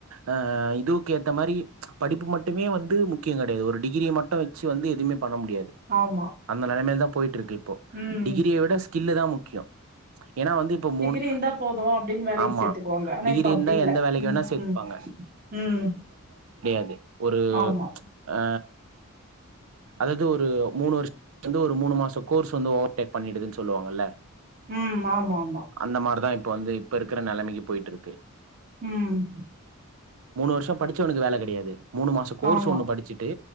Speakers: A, on the right; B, on the right.
A: ஆ இதுவுக்கு ஏத்த மாரி படிப்பு மட்டுமே வந்து முக்கியொ கெடையாது ஒரு டிகிரிய மட்டு வச்சு வந்து எதுமே பண்ண முடியாது
B: ஆமா
A: அந்த நெலமைல தா போயிட்டுருக்கு போ
B: ம்
A: டிகிரிய விட ஸ்கில்லு தா மு கியொ ஏனா வந்து இப்ப மூணு
B: இந்தா போது அப்டின் வேலைக்கு
A: ஆமா
B: சேத்துக்குவாங்க ஆன
A: டிகிரி
B: இப்ப அப்டியில்ல
A: இருந்தா எந்த வேலைக்கு
B: ம்
A: வேணா சேத்துப்பாங்க
B: ம் ம்
A: து ஒரு
B: ஆமா
A: ஆ அதது ஒ ரு மூணு வருஷத்துலருந்துஒரு மூணு மாச கோர்ஸ் வந்து ஓவர் டேக் பண்ணிடுதுன் சொல்லுவாங்கல்ல
B: ம் ஆமாமா
A: அந்த மார்தா இப்ப வந்து இப்பஇருக்கிற நெலைமைக்கு போயிட்ருக்கு
B: ம்
A: மூணு வருஷ படிச்சவனுக்கு வேல கெடையாது மூணு மாச கோர்ஸ்
B: ஆமா
A: ஒண்ணு படுச்சுட்டு